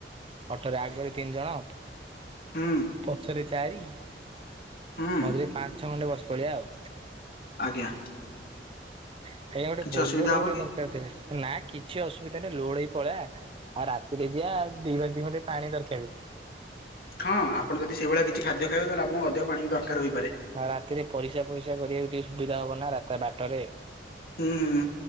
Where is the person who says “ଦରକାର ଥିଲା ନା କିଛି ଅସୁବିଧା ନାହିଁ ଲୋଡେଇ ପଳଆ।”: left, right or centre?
Right